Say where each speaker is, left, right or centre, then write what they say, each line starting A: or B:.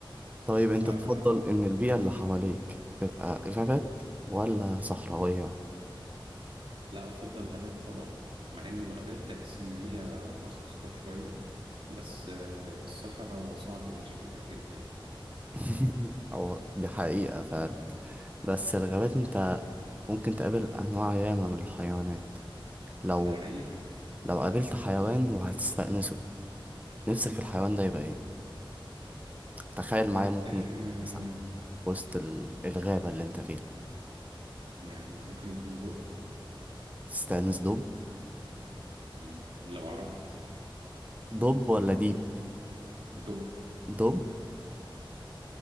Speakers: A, on the right (about 15°); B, on the right (about 80°).
A: طيب انت
B: فلا
A: تفضل ان البيئة اللي حواليك تبقى غابات ولا صحراوية
B: أفضل غابات طبعا مع إن الغابات تحس إن هي أخطر شوية بس آه، الصحراء صعب العيش فيها جدا
A: <laughs> او دي حقيقة فعلا بس الغابات انت ممكن تقابل أنواع ياما من الحيوانات لو
B: ده حقيقي
A: لو قابلت حيوان وهتستأنسه نفسك الحيوان ده يبقى إيه؟ تخيل معايا ممكن
B: آه،
A: يبقى إيه مثلا وسط ال- الغابة اللي أنت فيها
B: يعني ممكن يكون دب
A: تستأنس دب
B: مم، لو عرفت
A: دب ولا ديب؟
B: دب
A: دب